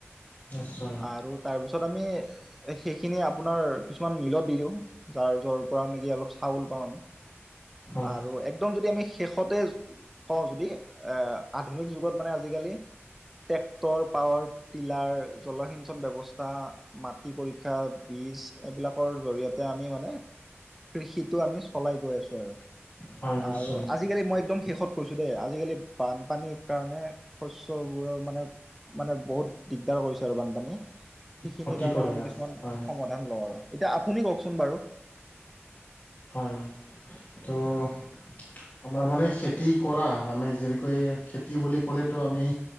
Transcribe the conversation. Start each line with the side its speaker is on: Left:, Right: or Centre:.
Left: নিশ্চয়
Centre: আৰু তাৰপিছত আমি এ সেইখিনি আপোনাৰ কিছুমান মিলত দি দিওঁ। যাৰ, যৰ পৰা নেকি অলপ চাউল পাওঁ আমি।
Left: হয়
Centre: আৰু একদম যদি আমি শেষতে কওঁ, যদি এ আধুনিক যুগত মানে আজিকালি ট্ৰেক্টৰ, পাৱাৰ টিলাৰ, জলসিঞ্চন ব্যৱস্থা মাটি পৰীক্ষা, বীজ এইবিলাকৰ জৰিয়তে আমি মানে সেইটো আমি চলাই গৈ আছো আৰু,
Left: হয় নিশ্চয়
Centre: আৰু আজিকালি মই একদম শেষত কৈছো দেই, আজিকালি বানপানীৰ কাৰণে শস্যবোৰ মানে মানে বহুত দিগদাৰ কৰিছে আৰু বানপানীয়ে, সেইখিনিৰ
Left: ক্ষতি
Centre: কাৰণে
Left: কৰে
Centre: আমি
Left: আৰু
Centre: কিছুমান
Left: হয়
Centre: সমাধান লওঁ, এতিয়া, আপুনি কওঁকচোন বাৰু?
Left: হয়, ত'- আমাৰ মানে খেতি কৰা, আমি যেনেকৈ খেতি বুলি ক'লেটো আমি